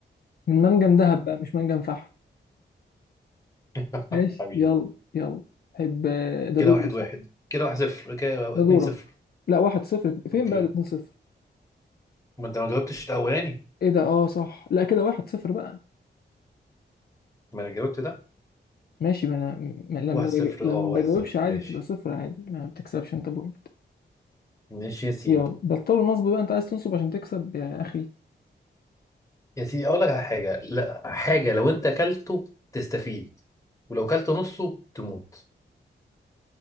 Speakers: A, on the left; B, on the left.
A: من منجم ذهب بقى مش منجم فحم
B: <laughs>
A: ماشي
B: حبيبي
A: يلا يلا حب ده
B: كده
A: دوري
B: واحد
A: صح
B: واحد كده واحد صفر كده
A: ده
B: اتنين
A: دورك
B: صفر
A: لا واحد صفر فين
B: اوكي
A: بقى الاتنين صفر
B: ما انت ما جاوبتش الاولاني
A: ايه ده اه صح لا كده واحد صفر بقى
B: ما انا جاوبت ده
A: ماشي ما انا ما لما
B: واحد صفر
A: بج... لما
B: اه واحد
A: بجاوبش
B: صفر
A: عادي
B: ماشي
A: بتبقى صفر عادي ما بتكسبش انت بوينت
B: ماشي يا سيدي
A: يلا بطلوا النصب بقى انت عايز تنصب عشان تكسب يا اخي
B: يا سيدي اقول لك على حاجه لا حاجه لو انت اكلته تستفيد ولو اكلته نصه تموت